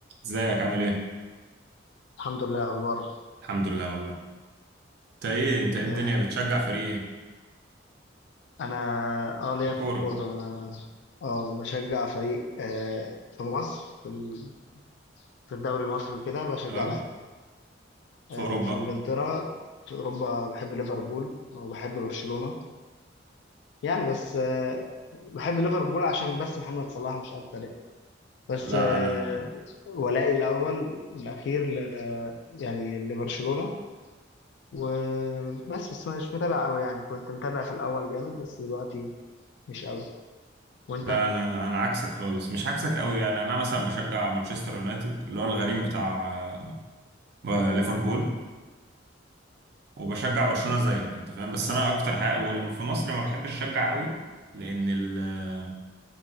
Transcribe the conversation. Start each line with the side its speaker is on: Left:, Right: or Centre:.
Right: ازيك عامل ايه؟
Left: الحمد لله اخبار
Right: الحمد لله والله انت ايه انت ايه الدنيا
Left: آه،
Right: بتشجع فريق ايه؟
Left: انا اه ليا
Right: في الكورة
Left: في الكوره انا اه بشجع فريق آه، في مصر في ال- في الدوري المصري وكده بشجع
Right: اه؟
Left: الاهلي
Right: في
Left: آه،
Right: اوروبا؟
Left: في انجلترا في اوروبا بحب ليفربول وبحب برشلونه يعني بس آه، بحب ليفربول عشان بس محمد صلاح مش اكتر يعني بس
Right: لا
Left: آه،
Right: انا
Left: ولائي الاول والاخير ل يعني لبرشلونه وبس بس مش متابع قوي يعني كنت متابع في الاول جامد بس دلوقتي مش قوي وانت
Right: لا انا انا عكسك خالص مش عكسك قوي يعني انا مثلا بشجع مانشستر يونايتد اللي هو الغريم بتاع آه، ب- ليفربول وبشجع برشلونة زيك انت فاهم بس انا اكتر حاجة وال- في مصر ما بحبش اشجع قوي لان ال آه،